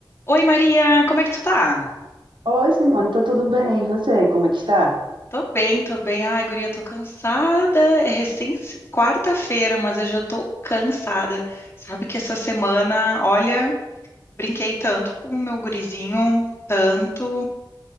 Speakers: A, on the left; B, on the right.
A: Oi, Maria, como é que tu tá?
B: Oi, Simone, tô tudo bem? E você, como é que está?
A: Tô bem, tô bem. Ai, guria, tô cansada. É recém quarta-feira, mas eu já tô cansada. Sabe que essa semana, olha, brinquei tanto com o meu gurizinho, tanto.